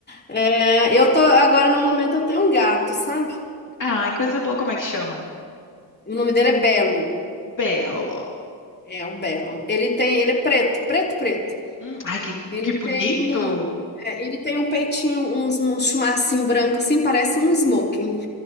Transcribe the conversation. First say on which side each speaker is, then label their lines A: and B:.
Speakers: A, on the left (about 20°); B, on the left (about 40°).
A: É, eu tô agora no momento eu tenho um gato, sabe?
B: Ah, Ai, coisa boa, como é que chama?
A: O nome dele é Belo.
B: Belo.
A: É um belo. Ele tem, ele é preto, preto, preto.
B: Hum, ai, que,
A: Ele
B: que bonito.
A: tem um, é, ele tem um peitinho, uns, um chumacinho branco assim, parece um smoking.